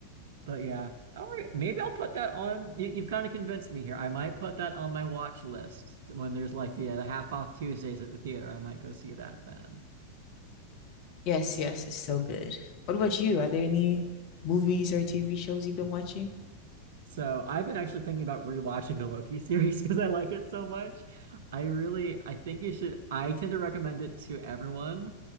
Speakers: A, on the right; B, on the left.
A: But yeah, all right, maybe I'll put that on. You, you've kind of convinced me here. I might put that on my watch list when there's like the, uh, the half off Tuesdays at the theater. I might go see that then.
B: Yes, yes, it's so good. What about you? Are there any movies or TV shows you've been watching?
A: So I've been actually thinking about rewatching the Loki series <laughs> because I like it so much. I really, I think you should, I tend to recommend it to everyone